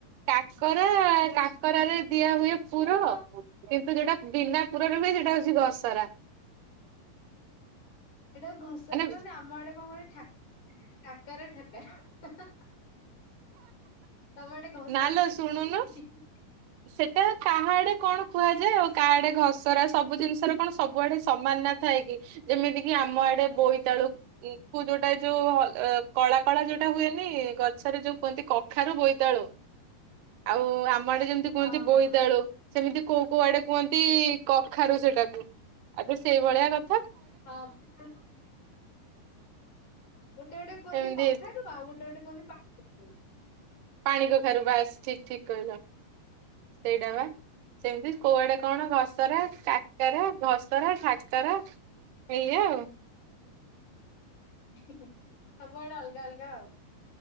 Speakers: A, on the right; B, on the left.
A: କାକରା, କାକରରେ ଦିଆ ହୁଏ
B: ବା
A: ପୁର କିନ୍ତୁ ଯୋଉଟା ବିନାପୁରରେ ହୁଏ। ସେଟା ହଉଛି ଘସରା।
B: ଏଇଟାକୁ ଘସରା
A: ମାନେ
B: କହନ୍ତି। ଆମ ଆଡେ କଣ କହନ୍ତି ଠା ଠାକର- ଠାକରା ତମ ଆଡେ ଘାସରା
A: ନାଲୋ
B: କୁହନ୍ତି
A: ଶୁଣୁନୁ
B: ହି- ହି -ହି
A: ସେଟା କାହା ଆଡେ କଣ କୁହାଯାଏ ଆଉ କାହା ଆଡେ ଘସରା ସବୁ ଜିନିଷରେ କଣ ସବୁଆଡେ ସମାନ ନା ଥାଏ କି, ଯେମିତି କି ଆମ ଆଡେ ବୋଇତାଳୁ ତୁ ଯୋଉଟା ଯୋଉ କଳା କଳା ଯୋଉଟା ହୁଏନି, ଗଛରେ ଯୋଉ କୁହନ୍ତି। କଖାରୁ ବୋଇ ତାଳୁ ଆଉ ଆମ ଆଡେ ଯେମିତି କୁହନ୍ତି
B: ହଁ ହଁ
A: ବୋଇତାଳୁ
B: ହଁ
A: ସେମିତି କୋଉ କୋଉ ଆଡେ କୁହନ୍ତି, କଖାରୁ ସେଇଟାକୁ ଆ ତ ସେଇଭଳିଆ କ
B: ହଁ ଗୋଟେ ଗୋଟେ କୁହନ୍ତି
A: ଏମିତି
B: କଖାରୁ। ଆଉ ଗୋଟେ- ଗୋଟେ ଆଡେକୁହନ୍ତି ପାଣି କଖାରୁ
A: ପାଣି କଖାରୁ ବାସ୍ ଠିକ ଠିକ କହିଲ ସେଇଟା ବା ସେମିତି
B: ହୁଁ
A: କୋଉଆଡେ କଣ ଘସରା, କାକରା, ଘସରା, କାକରା, ଏଇଆ ଆଉ
B: <inaudible> ଅଲଗା ଅଲଗା ଆଉ।